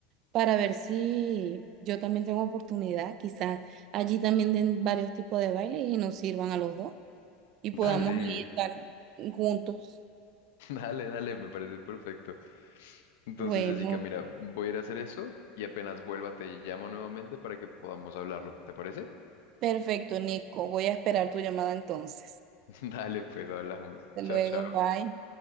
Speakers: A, on the right; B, on the left.
A: para ver si yo también tengo oportunidad, quizás allí también den varios tipos de baile y nos sirvan a los dos y podamos
B: Dale,
A: ahí estar juntos.
B: <laughs> dale, dale, me parece perfecto. Entonces,
A: Bueno,
B: Jessica, mira, voy a ir a hacer eso y apenas vuelva te llamo nuevamente para que podamos hablarlo. ¿Te parece?
A: perfecto, Nico, voy a esperar tu llamada entonces.
B: <laughs> Dale, pues hablamos.
A: Hasta
B: Chao,
A: luego,
B: chao.
A: bye.